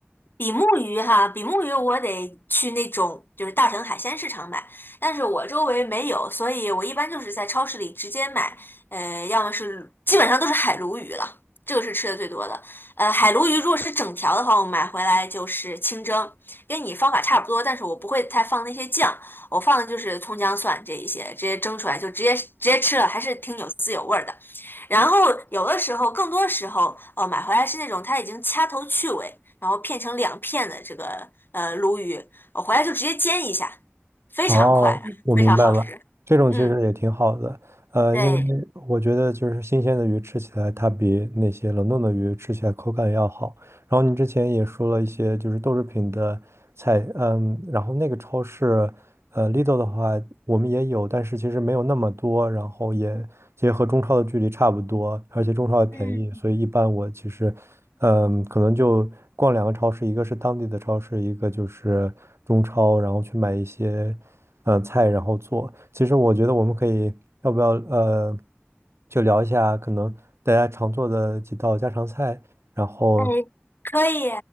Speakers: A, on the left; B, on the right.
A: 比目鱼哈，比目鱼我得去那种就是大城海鲜市场买，但是我周围没有，所以我一般就是在超市里直接买，呃，要么是基本上都是海鲈鱼了，这个是吃的最多的。呃，海鲈鱼如果是整条的话，我买回来就是清蒸，跟你方法差不多，但是我不会太放那些酱，我放的就是葱姜蒜这一些，直接蒸出来就直接直接吃了，还是挺有滋有味儿的。然后有的时候，更多时候，呃，买回来是那种它已经掐头去尾，然后片成两片的这个呃鲈鱼，我回来就直接煎一下，非常快，
B: 哦，我明白了，
A: 非常好吃。
B: 这种其实也挺好的，
A: 嗯，
B: 呃，
A: 对。
B: 因为我觉得就是新鲜的鱼吃起来，它比那些冷冻的鱼吃起来口感要好。然后你之前也说了一些就是豆制品的菜，嗯，然后那个超市，呃，Lidl 的话我们也有，但是其实没有那么多，然后也其实和中超的距离差不多，而且中超也便宜，
A: 嗯。
B: 所以一般我其实嗯，可能就逛两个超市，一个是当地的超市，一个就是中超，然后去买一些呃菜，然后做。其实我觉得我们可以，要不要呃，就聊一下可能大家常做的几道家常菜，然后
A: 哎，可以，